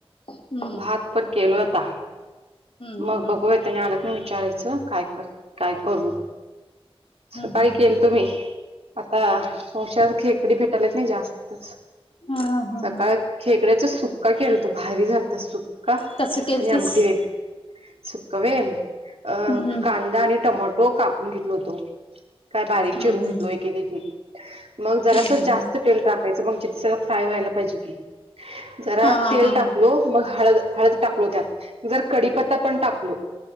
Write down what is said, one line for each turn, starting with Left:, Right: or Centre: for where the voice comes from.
Left: हम्म
Right: भात पण केलो आता.
Left: हम्म हम्म
Right: मग बघूया त्यांनी आलं क नाय विचारायचं काय कर काय करू
Left: हम्म
Right: सकाळी
Left: हम्म हम्म
Right: केलतो
Left: हम्म
Right: मी आता वशात खेकडी भेटायलीत नाही जास्त.
Left: हा हा हा.
Right: सकाळ खेकड्याचा सुप काय केलंत भारी झालतं, सुक्का आणि
Left: कसं केलतीस?
Right: आमटी वेगळी सुक्का वेम अ
Left: हम्म
Right: कांदा आणि टमाटो कापून घेतल होतो. का बारीक
Left: हम्म
Right: चिरून घेतलोय
Left: हम्म
Right: एक-एक मग जरासा
Left: हम्म हम्म हम्म
Right: जास्त
Left: हम्म
Right: तेल टाकायचं मंग तेचा फ्राय व्हायला पाहिजे की जरा
Left: हा हा
Right: तेल
Left: हा हा
Right: टाकलो
Left: हम्म
Right: मग हळद हळद टाकलो त्यात जर कढीपत्ता पण टाकलो